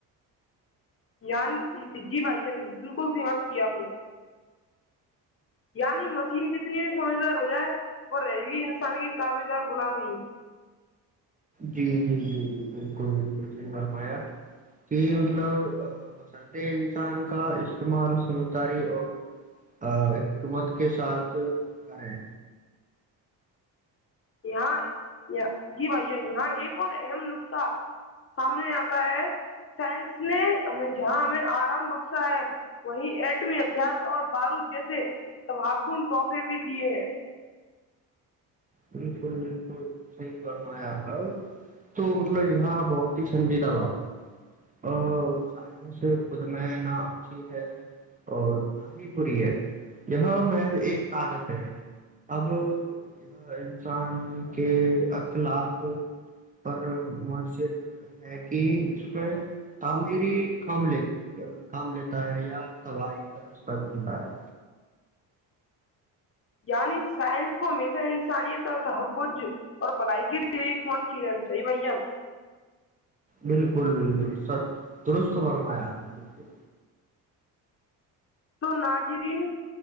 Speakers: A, on the left; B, on the right.
A: یان جی بھائی ج بالکل سمت کیا ہم نے یعنی مشین کتنی بھی سمجھدار ہو جائے وہ رہے گی انسان کی تابیدہ غلامی
B: جی جی جی جی بالکل بالکل صحیحرمایا کہ مطلب مسد انسان کا استعمال سمجھداری اور حکمت کے ساتھ کریں
A: یہاں جی بھائیان یہاں ایک اور اہم نکتاہ سامنے آتا ہے سائنس نے ہمیں جہاں ہمیں آرام بخشا ہے وہیں ایٹمی ہتھیار اور بارود جیسے تباکن تحفے بھی دیے ہیں
B: بالکل بالکل صحیح فرمایا ہ تو مطلب یہاں بہت ہی سنجیدہ بات ہے اور سائنس خود میں نہ اچھی ہے اور نہ ہی بری ہے یہاں میں ایک طاقت ہے اب انسان کے اخلاق پر مؤثر ہے کہ اس میں تعمیری کام لی کام لیتا ہے یا تباہی کا رشتہ کلتا ہے
A: یعنی سائنس کو ہمیشہ انسانیت اور تحفظ اور بلائیگی لیے استعمال کیے جانے چاہیے بھان
B: بالکل بالکل س درست فرمایا بالکل
A: تو ناجرین